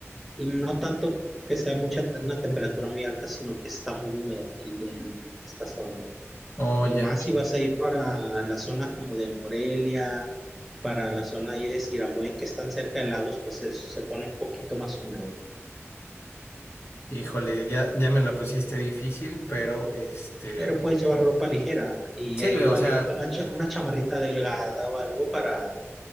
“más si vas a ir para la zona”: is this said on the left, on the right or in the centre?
Centre